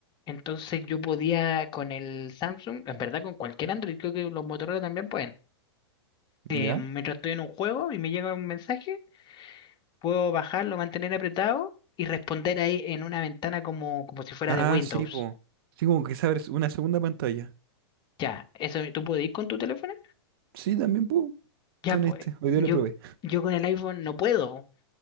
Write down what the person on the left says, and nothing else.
Entonces yo podía con el Samsung, en verdad con cualquier Android, creo que los Motorola también pueden. Eh,
mientras estoy en un juego y me llega un mensaje, puedo bajarlo, mantener apretado y responder ahí en una ventana como, como si fuera
de Windows.
Ya, eso tú puedes ir con tu teléfono.
Ya
pues,
yo,
yo con el iPhone no puedo.